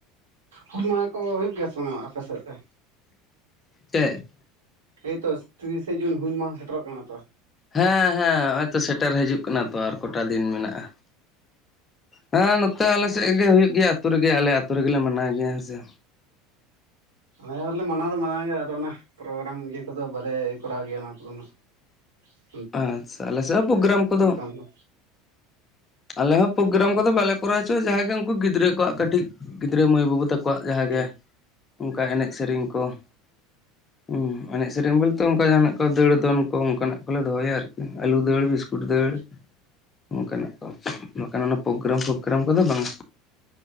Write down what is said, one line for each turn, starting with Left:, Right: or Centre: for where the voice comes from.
Right: ᱦᱩᱞ ᱢᱟᱦᱟ ᱠᱚ ᱦᱩᱭᱩᱜ ᱜᱮᱭᱟ ᱥᱮ ᱵᱟᱝ ᱟᱯᱮ ᱥᱮᱫ ᱛᱮ
Left: ᱪᱮᱫ?
Right: ᱮᱭᱛᱚ ᱛᱤᱨᱤᱥᱟ ᱡᱩᱱ ᱦᱩᱞ ᱢᱟᱦᱟ ᱥᱮᱴᱮᱨᱚᱜ ᱠᱟᱱᱟ ᱛᱚ᱾
Left: ᱦᱮᱸ ᱦᱮᱸ ᱱᱚᱜ-ᱚᱭ ᱛᱚ ᱥᱮᱴᱮᱨ ᱦᱤᱡᱩᱜ ᱠᱟᱱᱟ ᱛᱚ ᱟᱨ ᱠᱚᱴᱟ ᱫᱤᱱ ᱢᱮᱱᱟᱜ-ᱟ᱾ ᱦᱮᱸ ᱱᱚᱛᱮ ᱟᱞᱮ ᱥᱮᱫ ᱜᱮ ᱦᱩᱭᱩᱜ ᱜᱮᱭᱟ ᱟᱹᱛᱩ ᱨᱮᱜᱮ ᱟᱞᱮ ᱟᱹᱛᱩ ᱨᱮᱜᱮᱞᱮ ᱢᱟᱱᱟᱣ ᱜᱮᱭᱟ᱾ ᱦᱮᱸ ᱥᱮ
Right: ᱦᱮᱸ ᱟᱞᱮᱦᱚᱸ ᱢᱟᱱᱟᱣ ᱫᱚ ᱢᱟᱱᱟᱣ ᱟᱫᱚ ᱚᱱᱟ ᱯᱨᱳᱜᱨᱟᱢ ᱤᱭᱟᱹ ᱠᱚᱫᱚ ᱵᱟᱞᱮ ᱠᱚᱨᱟᱣ ᱜᱮᱭᱟ ᱚᱱᱟ ᱠᱚᱫᱚ ᱦᱟᱸᱜ
Left: ᱟᱪᱪᱷᱟ ᱟᱞᱮ ᱥᱮᱫ ᱦᱚᱸ ᱯᱨᱳᱜᱨᱟᱢ ᱠᱚᱫᱚ
Right: ᱫᱚ
Left: ᱟᱞᱮ ᱦᱚᱸ ᱯᱨᱳᱜᱨᱟᱢ ᱠᱚᱫᱚ ᱵᱟᱞᱮ ᱠᱚᱨᱟᱣ ᱦᱚᱪᱚᱣᱟ ᱡᱟᱦᱟᱸᱭ ᱜᱮ ᱩᱱᱠᱩ ᱜᱤᱫᱽᱨᱟᱹ ᱠᱚᱣᱟᱜ ᱠᱟᱹᱴᱤᱡ ᱜᱤᱫᱽᱨᱟᱹ ᱢᱟᱹᱭ ᱵᱟᱹᱵᱩ ᱛᱟᱠᱚᱣᱟᱜ ᱡᱟᱦᱟᱸ
Right: ᱦᱩᱸ
Left: ᱜᱮ ᱚᱱᱠᱟ ᱮᱱᱮᱡ ᱥᱮᱨᱮᱧ ᱠᱚ ᱾ ᱮᱱᱮᱡ ᱥᱮᱨᱮᱧ ᱵᱚᱞᱛᱮ ᱚᱱᱠᱟ ᱡᱟᱦᱟᱱᱟᱜ ᱠᱚ ᱫᱟᱹᱲ ᱫᱚᱱ ᱠᱚ ᱚᱱᱠᱟᱱᱟᱜ ᱠᱚᱞᱮ ᱫᱚᱦᱚᱭᱟ ᱟᱨ ᱟᱞᱩ ᱫᱟᱹᱲ
Right: ᱟᱪᱪᱷᱟ
Left: ᱵᱤᱥᱠᱩᱴ
Right: ᱟᱪᱪᱷᱟ
Left: ᱫᱟᱹᱲ ᱚᱱᱠᱟᱱᱟᱜ ᱠᱚ ᱱᱚᱝᱠᱟ ᱯᱨᱳᱜᱨᱟᱢ ᱯᱨᱜᱨᱟᱢ ᱠᱚᱫᱚ ᱵᱟᱝ-ᱟ᱾